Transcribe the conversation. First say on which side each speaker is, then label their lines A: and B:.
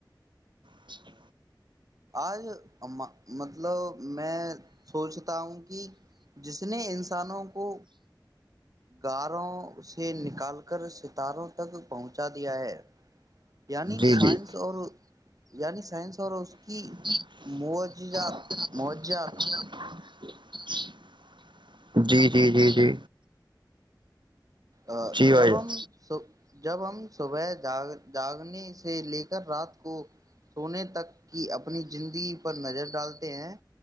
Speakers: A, on the right (about 80°); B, on the right (about 50°).
A: اچھا
B: آج ام مطلب میں سوچتا ہوں کہ جس نے انسانوں کو غاروں سے نکال کر س <unintelligible> تک پہنچا دیا ہے یعنی
A: جی
B: سائنس
A: جی
B: اور یعنی سائنس اور اس کی
A: <unintelligible>
B: موجات موجات
A: جی جی جی جی
B: ا
A: جی بھائی
B: جب
A: جان
B: ہم س جب ہم صبح جگ جاگنے سے لے کر رات کو سونے تک کی اپنی زندگی پر نظر ڈالتے ہیں